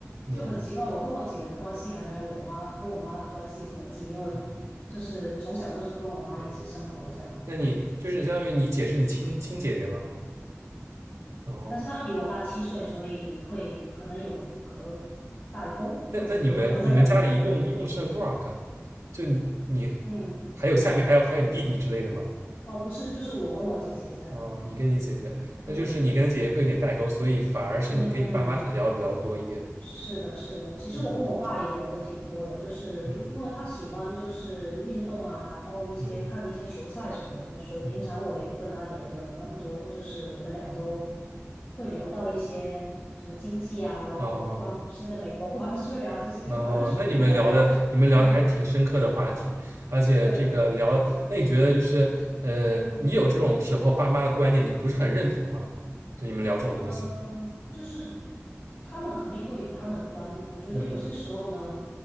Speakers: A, on the right; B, on the left.
A: 嗯
B: 就很奇怪。我跟我姐的关系还没有我妈跟我妈的关系这么近，因为就是从小就是跟我妈一起生活这样。
A: 嗯，哦，那你就是相当于你姐是你亲亲姐姐吗？哦。
B: 但是他比我大七岁，所以会可能有隔代沟或者隔阂在哪里？
A: 那那你们你们家里一共一共生了多少个？
B: 对，
A: 就你你
B: 嗯，
A: 还有下面还有还有弟弟之类的吗？
B: 哦，不是，就是我跟我姐姐这样，
A: 哦，你跟你姐姐，那就是你跟姐姐会有点代沟，
B: 嗯
A: 所以反而是你跟你爸妈可能聊的比较多一点。
B: 嗯。是的，是的。其实我跟我爸也聊的挺多的，
A: 嗯
B: 就是因为他喜欢就是运动啊，
A: 嗯
B: 然后一些看一些球赛什么的，
A: 嗯
B: 所以平常我也跟他聊的蛮多的，
A: 嗯，
B: 就是我们俩都会聊到一些什么经济啊，然后什么关，
A: 哦
B: 现在美国关税啊这些，就反正随便聊聊都对
A: 哦，那你们聊的你们聊的还挺深刻的话题，而且这个聊，
B: 对，
A: 那你觉得就是呃，
B: 嗯。
A: 你有这种时候爸妈的观点你不是很认同吗？就你们聊这种东西，
B: 嗯，就是他们肯定会有他们的观点。我觉得有些时候呢，
A: 嗯